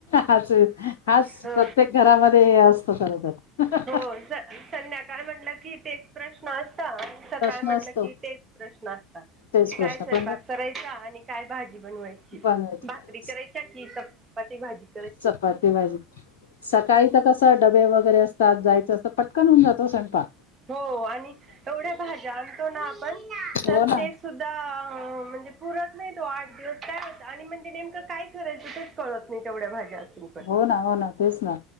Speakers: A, on the left; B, on the right.
A: हासुय हास
B: हो
A: प्रत्येक घरामध्ये असतो खर तर.
B: हो स. संध्याकाळ म्हटलं कि तेच प्रश्न असता, आणि सकाळ
A: प्रश्न
B: म्हटलं
A: असतो
B: कि तेच प्रश्न असता.
A: तेच
B: कि
A: प्रश्न
B: काय स्वयंपाक
A: पण
B: करायचा, आणि काय भाजी बनवायची
A: बनवायचे
B: भाकरी कराय <unintelligible>
A: चपाती भाजी सकाळी त कस डबे वगैरे अस तात जायचं असं पटकन होऊन जातो ओ स्वयंपा
B: हो आणि एवढ्या भाज्या आणतो ना आपण तर
A: हो ना
B: ते सुद्धा म्हणजे पुरत नाही तो आठ दिवस काय होत, आणि म्हणजे नेमकं काय करायचं तेच कळत नाही तेवढ्या भाज्या असून.
A: हो ना हो ना तेच ना